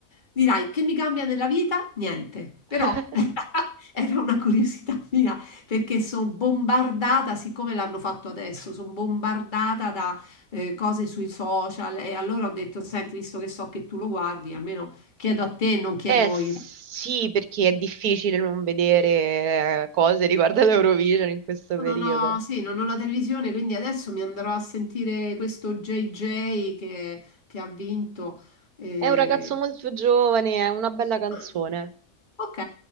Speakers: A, on the left; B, on the right.
A: Dirai, che mi cambia nella vita? Niente, però
B: <laughs>
A: <laughs> era una curiosità mia perché sono bombardata, siccome l'hanno fatto adesso, sono bombardata da eh, cose sui social e allora ho detto, senti, visto che so che tu lo guardi, almeno chiedo a te, non chiedo
B: Eh sì,
A: il...
B: perché è difficile non vedere eh, cose riguardo all'Eurovision in questo periodo.
A: Non ho, sì, non ho la televisione, quindi adesso mi andrò a sentire questo JJ che, che ha vinto. eh.
B: È un ragazzo molto giovane, è una bella canzone,
A: Ah, Ok,